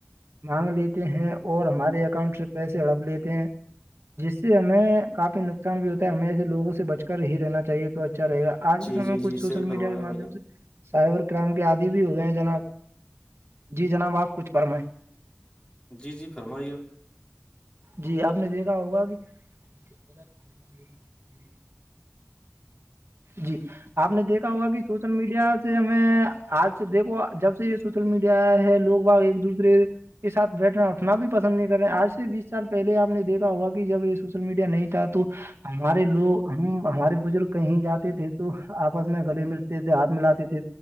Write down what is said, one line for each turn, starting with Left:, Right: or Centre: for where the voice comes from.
Right: مانگ لیتے ہیں اور ہمارے اکاؤنٹ سے پیسے ہڑپ لیتے ہیں جس سے ہمیں کافی نقصان بھی ہوتا ہے ہمیں ایسے لگوں سے بچ کر ہی رہنا چاہیے تو رہے گ آج
Left: جی
Right: کے سمے
Left: جی
Right: میں کچھ
Left: جی
Right: سوشل
Left: صحیح فرما
Right: میڈیا کے
Left: رہے ہو
Right: مادم
Left: بھائی جان
Right: سے سائبر کرائم کے آدی بھی ہو گئے ہیں جناب جی جناب آپ کچھ کرم
Left: جی جی فرمائیے آپ
Right: جی آپ نے دیکھا ہوگا کہ <inaudible> جی آپ نے دیکھا ہوا کہ سوشل میڈیا سے ہمیں آج سے دیکو جب سے یہ سوشل میڈیا ہے لوگ باگ ایک دوسرے کے سھ بیٹھنا اٹھنا بھی پسند نہیں کر رہے آج سے بیس سال پہلے آپ نے دیکا ہوا کہ جب یہ سوشل میڈیا نہیں تھا تو ہمارے لوگ ہم ہمارے بزرگ کہیں جاتی تھی تو آپس میں گلی ملتے تھے ہاتھ ملاتے تھے